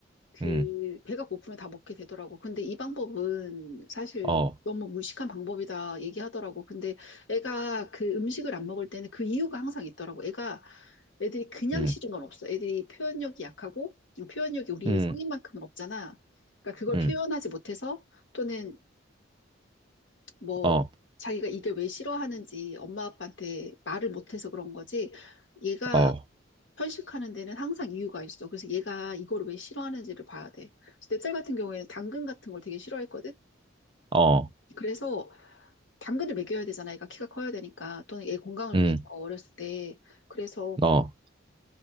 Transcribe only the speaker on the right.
음.
어.
음.
음.
음.
어.
어.
어.
음.
어.